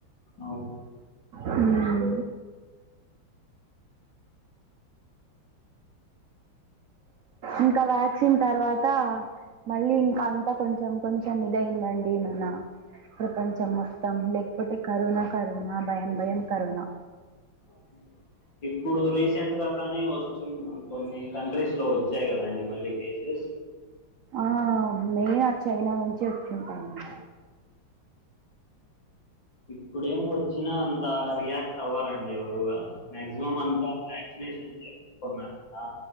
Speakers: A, on the left; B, on the right.
A: అవును.
B: ఉమ్ ఇంకా వ్యాక్సిన్ తర్వాత మళ్ళీ ఇంకా అంతా కొంచెం కొంచం కొంచెం ఇదైందండి మన ప్రపంచం మొత్తం పోతే కరోనా కరోనా భయం భయం కరోనా
A: <inaudible> ఇప్పుడు రీసెంట్ గా కానీ వస్తున్న కొన్ని కంట్రీస్ లో వచ్చాయి కదండి మళ్ళీ కేసు కేస్
B: ఆ మేన్ చైనా నుంచి వచ్చింటాయండి
A: ఇప్పుడేమి వచ్చినా అంత రియాక్ట్ అవ్వరండి ఎవరు మ్యాక్సిమం అంతా వాక్సినేషన్ యేపిచ్చు కున్నారు కదా